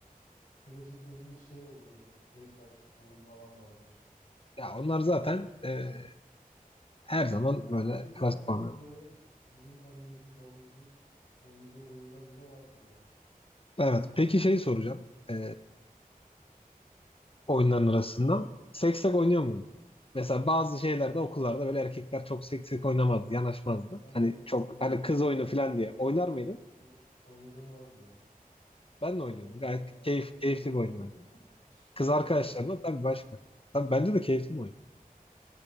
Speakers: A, on the left; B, on the left.
A: Klasikleşmiş şey oluyordu. Beş taş oyunu falan vardır.
B: Ya onlar zaten e, her zaman
A: Herkes,
B: böyle klas
A: herkesin
B: puanı.
A: böyle bizim annemizin babamızın oynadığı oyunlar bile vardır yani.
B: Evet. Peki şeyi soracağım. E, oyunların arasından. Seksek oynuyor muydun? Mesela bazı şeylerde okullarda böyle erkekler çok seksek oynamazdı, yanaşmazdı.
A: Ben
B: Hani
A: oy-
B: çok
A: oynuyordum
B: hani kız oyunu
A: ya. Oynadığım,
B: falan diye. Oynar mıydın?
A: ben oy- oynadığım vardı ya.
B: Ben
A: Kız
B: de oynuyordum.
A: arkadaşlarımla
B: Gayet keyif,
A: oynadığım
B: keyifli
A: vardı.
B: bir oyun. yani.
A: <laughs>
B: Kız
A: Güzel
B: arkadaşlarımla
A: bence ya.
B: tabii başka. Tabii bence de keyifli bir oyun.